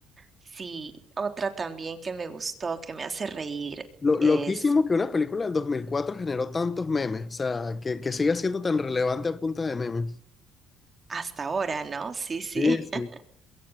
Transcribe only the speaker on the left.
Lo,
loquísimo que una película del 2004 generó tantos memes, o sea, que, que siga siendo tan relevante a punta de memes.
Sí, sí.